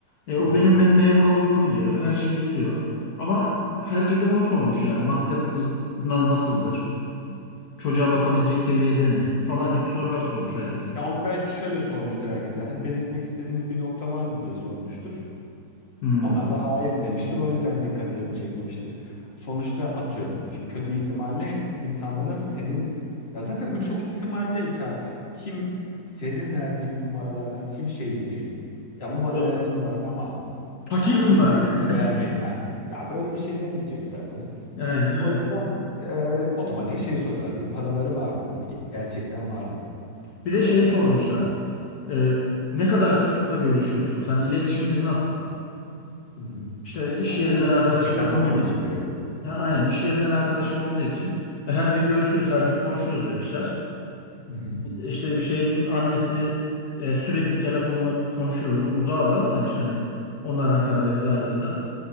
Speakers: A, on the left (about 65°); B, on the left (about 40°).
A: E, o
B: Hı hı.
A: benim mem- memur olduğumu biliyor. Her şeyi biliyor. Ama herkese onu sormuş yani maddiyatınız na- nasıldır? çocuğa bakabilecek seviyede mi falan gibi sorular sormuş herkese.
B: Ya onu belki şöyle sormuştur herkese. Hani belirtmek istediğiniz bir nokta var mı diye sormuştur.
A: Hmm.
B: Onlar da hayır demiştir. O yüzden dikkatlerini çekmemiştir. Sonuçta atıyorum. Şimdi kötü ihtimalle insanların senin ya zaten bu çok ihtimal değil ki abi. Kim senin verdiğin numaralardan kim şey diyecek? Ya bu bana
A: Çok
B: verdi numarayı ama
A: fakir
B: yani
A: bunlar.
B: iyi değil buna vermeyin.
A: <laughs>
B: Ha. Ya böyle bir şey demeyecek zaten.
A: Aynen öyle.
B: O yüzden e, otomatik şey soruyorlardı. Paraları var mı? Hani gerçekten var mı?
A: Bir de
B: E,
A: şeyi
B: hı
A: sormuşlar. Ee, ne kadar sıklıkla görüşüyorsunuz? Hani iletişiminiz nasıl?
B: hı.
A: İşte
B: E,
A: iş
B: tamam
A: yerinden
B: tamam.
A: arkadaşlarım
B: Gerçekten tanıyor
A: olduğu
B: musun diye.
A: Ha, aynen iş yerinden arkadaşım olduğu için e, her gün görüşüyoruz, her gün konuşuyoruz demişler.
B: Hı hı.
A: İşte şeyin annesi e, sürekli telefonla konuşuyoruz. Uzağız ama demiş hani onlar Ankara'da biz Aydın'da.